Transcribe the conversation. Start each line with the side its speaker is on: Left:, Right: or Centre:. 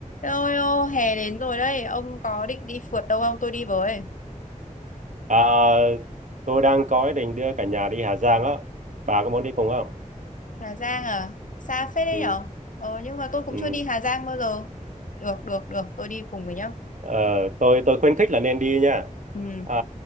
Left: Ôi ô, hè đến rồi đấy, ông có định đi phượt đâu không? Tôi đi với.
Right: À, tôi đang có ý định đưa cả nhà đi Hà Giang á. Bà có muốn đi cùng không?
Left: Hà Giang à? Xa phết đấy
Right: Ừ,
Left: nhở? Ờ, nhưng mà tôi cũng
Right: ừ.
Left: chưa đi Hà Giang bao giờ. Được, được, được, tôi đi cùng với nhá.
Right: Ờ, tôi tôi khuyến khích là nên đi nha.
Left: Ừ,
Right: Ờ,